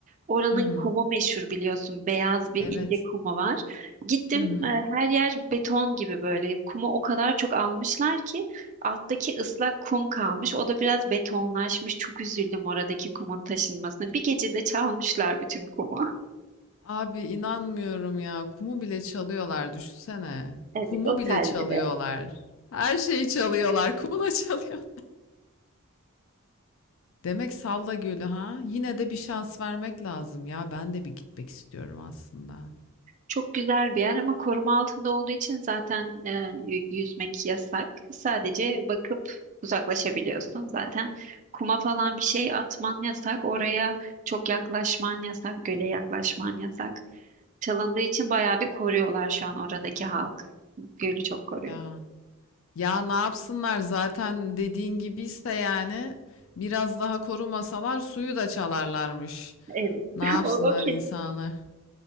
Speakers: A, on the right; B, on the left.
A: Oranın
B: Hı hı.
A: kumu meşhur biliyorsun. Beyaz bir
B: Evet.
A: ince kumu var. Gittim
B: Hı hı.
A: e, her yer beton gibi böyle. Kumu o kadar çok almışlar ki alttaki ıslak kum kalmış. O da biraz betonlaşmış. Çok üzüldüm oradaki kumun taşınmasına. Bir gecede çalmışlar bütün kumu. <laughs>
B: Abi inanmıyorum ya. Kumu bile çalıyorlar düşünsene.
A: Evet,
B: Kumu
A: otellere.
B: bile çalıyorlar. Her şeyi çalıyorlar. Kumu da çalıyor. Demek Salda Gölü ha? Yine de bir şans vermek lazım ya. Ben de bir gitmek istiyorum aslında.
A: Çok güzel bir yer ama koruma altında olduğu için zaten e, y- yüzmek yasak. Sadece bakıp uzaklaşabiliyorsun. Zaten kuma falan bir şey atman yasak. Oraya çok yaklaşman yasak. Göle yaklaşman yasak. Çalındığı için bayağı bir koruyorlar şu an oradaki halk. Gölü çok koruyor.
B: Ya. Ya ne yapsınlar zaten dediğin gibiyse yani biraz daha korumasalar suyu da çalarlarmış.
A: Evet.
B: Ne
A: <laughs>
B: yapsınlar
A: O, o kesin.
B: insanlar?